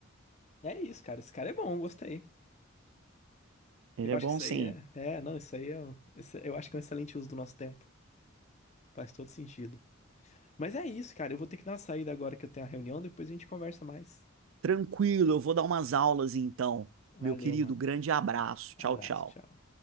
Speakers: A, on the left (about 35°); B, on the right (about 75°).
A: É isso, cara. Esse cara é bom, gostei.
B: Ele
A: Eu
B: é
A: acho
B: bom
A: que isso
B: sim.
A: aí é. É, não, isso aí é. um- esse- Eu acho que é um excelente uso do nosso tempo. Faz todo sentido. Mas é isso, cara. Eu vou ter que dar uma saída agora que eu tenho a reunião. Depois a gente conversa mais.
B: Tranquilo, eu vou dar umas aulas então.
A: Valeu,
B: Meu querido,
A: mano.
B: grande abraço.
A: Abraço,
B: Tchau, tchau.
A: tchau.